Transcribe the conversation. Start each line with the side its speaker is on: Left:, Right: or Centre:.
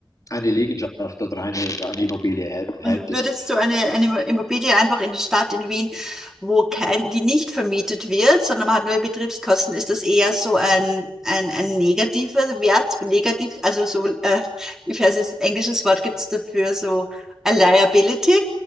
Left: eine Liegenschaft oder eine, eine Immobilie hät- hättest.
Centre: Und würdest du eine, eine Immobilie einfach in der Stadt in Wien, wo kein, die nicht vermietet wird, sondern man hat nur Betriebskosten, ist das eher so ein, ein, ein negativer Wert, negativ, also so, äh, ich weiß jetzt, englisches Wort gibt es dafür, so a liability,